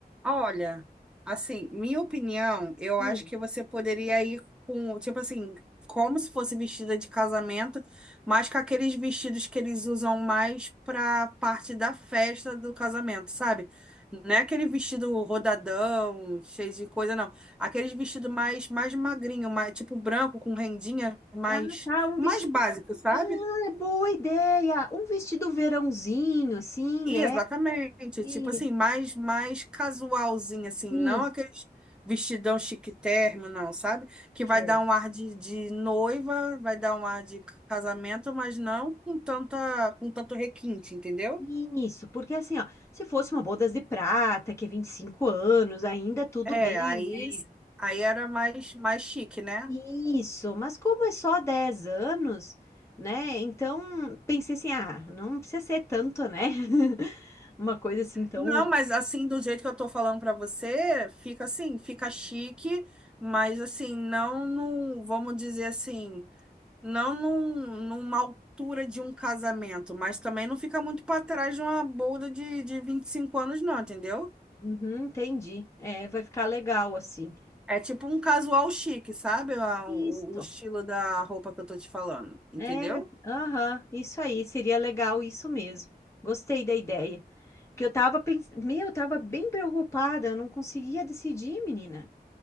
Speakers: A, in the centre; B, on the left.
A: Olha, assim, minha opinião, eu
B: hum,
A: acho que você poderia ir com, tipo assim, como se fosse vestida de casamento, mas com aqueles vestidos que eles usam mais pra parte da festa do casamento, sabe? Não é aquele vestido rodadão, cheio de coisa, não. Aqueles vestido mais, mais magrinho, mais, tipo branco, com rendinha, mais,
B: ah, tá, um
A: mais
B: vestido.
A: básico, sabe?
B: Ah, é boa ideia! Um vestido verãozinho, assim,
A: Exatamente,
B: né? E-
A: tipo assim, mais mais casualzinho assim,
B: Isso.
A: não aqueles vestidão chique térrimo, não, sabe? Que
B: Show.
A: vai dar um ar de, de noiva, vai dar um ar de casamento, mas não com tanta com tanto requinte, entendeu?
B: Isso, porque assim, ó, se fosse uma bodas de prata, que é 25 anos, ainda tudo
A: É,
B: bem,
A: aí
B: né?
A: aí era mais mais chique, né?
B: Isso, mas como é só 10 anos, né? Então pensei assim, ah, não precisa ser tanto, né? <laughs> Uma coisa assim tão.
A: Não, mas assim, do jeito que eu tô falando pra você, fica assim, fica chique, mas assim, não, não, vamos dizer assim, Não num- numa altura de um casamento, mas também não fica muito para trás de uma bolda de, de 25 anos, não, entendeu?
B: Uhum, entendi. É, vai ficar legal assim.
A: É tipo um casual chique, sabe? A- O,
B: Isso.
A: o estilo da roupa que eu tô te falando, entendeu?
B: É, aham, isso aí, seria legal isso mesmo. Gostei da ideia. Porque eu tava pensando, meu, eu tava bem preocupada, eu não conseguia decidir, menina.